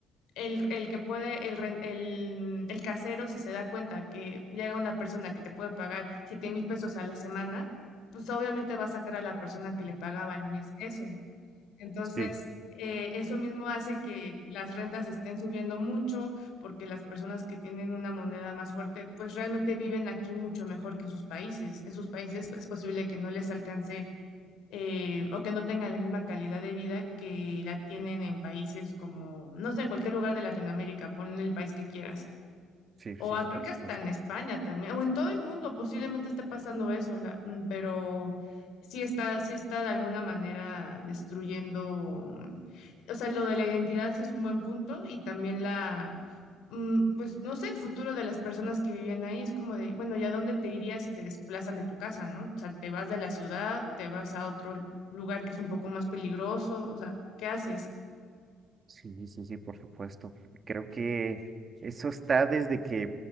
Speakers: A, on the left (about 75°); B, on the right (about 30°).
A: el, el que puede, el, ren- el, el casero, si se da cuenta que llega una persona que te puede pagar siete mil pesos a la semana, pues obviamente va a sacar a la persona que le pagaba al mes eso. Entonces,
B: Sí,
A: eh, eso mismo hace que las rentas estén subiendo mucho porque las personas que tienen una moneda más fuerte, pues realmente viven aquí mucho mejor que en sus países. En sus países pues, es posible que no les alcance eh, o que no tengan la misma calidad de vida que la tienen en países como, no sé, en cualquier lugar de Latinoamérica, pon el país que quieras.
B: sí,
A: O
B: sí,
A: a-
B: por
A: creo que
B: supuesto.
A: hasta en España también, o en todo el mundo posiblemente esté pasando eso, la- mm, pero sí está, sí está de alguna manera destruyendo, mm, o sea, lo de la identidad sí es un buen punto y también la, mm, pues no sé, el futuro de las personas que vivían ahí es como de, bueno, ¿ya dónde te irías si te desplazan de tu casa, ¿no? O sea, te vas de la ciudad, te vas a otro lugar que es un poco más peligroso, o sea, ¿qué haces?
B: Sí, sí, sí, por supuesto. Creo que eso está desde que